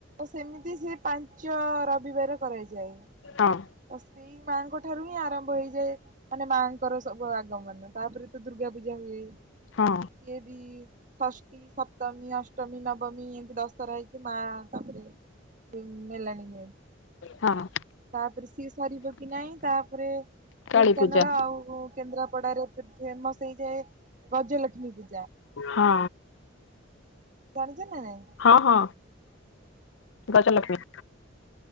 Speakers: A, on the right; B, on the left.
A: ସେମିତି ସେ ପାଞ୍ଚ ରବିବାର କରାଯାଏ।
B: ହଁ।
A: ତ ସେଇ ମାଆଙ୍କ ଠାରୁ ହିଁ ଆରମ୍ଭ ହେଇଯାଏ ମାନେ ମାଙ୍କର ସବୁ ଆଗମନ ତାପରେ ତ ଦୁର୍ଗା ପୂଜା ହୁଏ।
B: ହଁ।
A: ଇଏ ବି ଷଷ୍ଠୀ, ସପ୍ତମୀ, ଅଷ୍ଟମୀ, ନବମୀ, ଏମତି ଦଶ ଥର ହେଇକି ମା ତାପରେ <unintelligible> ମେଲାଣି ନିଏ
B: ହଁ
A: ତା ପରେ ସିଏ ସରିବ କି ନାଇଁ ତାପରେ
B: କାଳୀ
A: ଢେଙ୍କାନାଳ
B: ପୂଜା
A: ଆଉ କେନ୍ଦ୍ରାପଡାରେ ସେ ଫେମସ୍ ହେଇଯାଏ ଗଜଲକ୍ଷ୍ମୀ ବି
B: ହଁ।
A: ଜାଣିଚ ନା ନାଇଁ
B: ହଁ ହଁ ଗଜଲକ୍ଷ୍ମୀ।